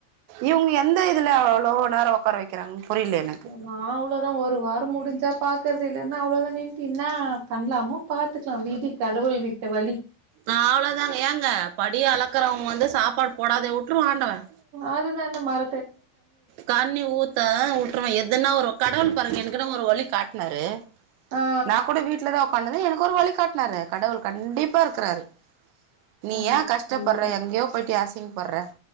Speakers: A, on the right; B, on the right.
A: இவுங்க எந்த இதுல அவ்ளோ நேரோ ஒ உக்கார வைக்கிறாங்கன்னு புரியில எனக்கு
B: நா அவ்ளோ தா ஒரு வார முடிஞ்சா பாக்கற இல்லைன்னா அவ்ளோதா நின்ட்டு என்னா பண்ணலாமோ பாத்துக்கலா விதி கடவுள் விட்ட வழி
A: ஆ அவ்ளோ தாங்க ஏங்க படி அளக்கறவங்க வந்து சாப்பாடு போடாதே விட்ருவா ஆண்டவன்
B: அதுதா நா மற
A: கண்ணி ஊத்தா விட்ருவ எதன்னா வரு கடவுள் பாருங்க என்கின்னு ஒரு வழி காட்னாரு
B: ஆ
A: நா கூட வீட்டுலதா உக்காண்ட்ருந்த எனக்கு ஒரு வழிகாட்டினாரு கடவுள் கண்டிப்பா இருக்குறாரு நீ
B: கண்டிப்பா
A: ஏ கஷ்டப்படுற
B: கண்டிப்பா
A: எங்கயோ போயிட்டு ஏ ஆசிங்கப்படுற